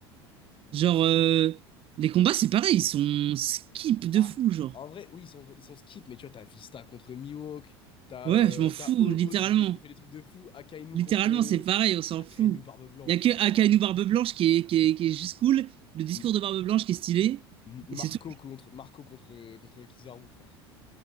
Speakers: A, on the right; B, on the left.
A: Genre, euh, les combats, c'est pareil, ils sont skip
B: Bah,
A: de fou, genre.
B: en vrai, oui, ils sont, ils sont skip, mais tu vois, t'as Vista contre Mihawk, t'as
A: Ouais,
B: euh,
A: je m'en fous,
B: t'as O-
A: littéralement.
B: Oz, il fait, il fait des trucs de fou. Akainu
A: Littéralement,
B: contre.
A: c'est pareil, on s'en
B: Akainu
A: fout.
B: Barbe Blanche,
A: Il y a que
B: non.
A: Akainu Barbe Blanche qui est, qui est, qui est juste cool, le discours
B: M-
A: de Barbe Blanche qui est stylé,
B: M- Marco
A: et c'est tout.
B: contre, Marco contre, contre Kizaru, frère.